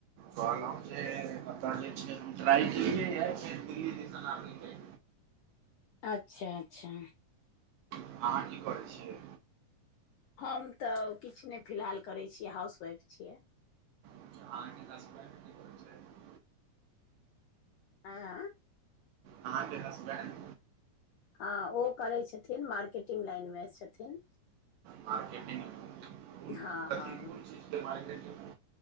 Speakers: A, on the right; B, on the left.
A: कहलौं जे मतलब जे छै हम ट्राय केलियै यै जे दिल्ली दिसन आबय के
B: अच्छा-अच्छा।
A: अहाँ की करै छियै?
B: हम तऽ किछ नैय फिल्हाल करै छियै हाउसवाइफ छियै।
A: अच्छा अहाँके हसबैंड की करै छैथ?
B: आँ?
A: अहाँके हसबैंड।
B: हँ ओ करै छथिन मार्केटिंग लाइन में छथिन।
A: मार्केटिंग कुन
B: हँ
A: कथी
B: हँ
A: कुन चीज के मार्केटिंग?